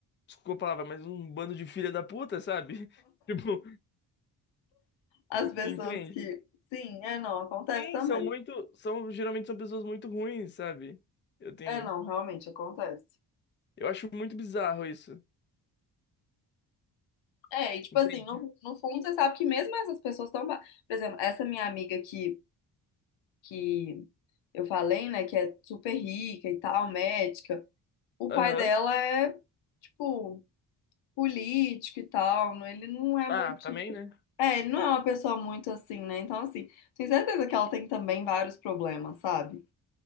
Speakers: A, on the left; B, on the left.
A: desculpa a palavra, mas um bando de filha da puta, sabe? <laughs> Tipo,
B: As pessoas
A: entende?
B: que, sim, é não, acontece
A: Sim,
B: também.
A: são muito, são, geralmente são pessoas muito ruins, sabe? Eu tenho.
B: É não, realmente acontece.
A: Eu acho muito bizarro isso.
B: É, e tipo
A: Entendi.
B: assim, no, no fundo você sabe que mesmo essas pessoas estão. Por exemplo, essa minha amiga que, que eu falei, né, que é super rica e tal, médica, o
A: Aham.
B: pai dela é, tipo, político e tal, não- ele não é
A: Ah,
B: muito.
A: também, né?
B: É, ele não é uma pessoa muito assim, né? Então, assim, tenho certeza que ela tem também vários problemas, sabe?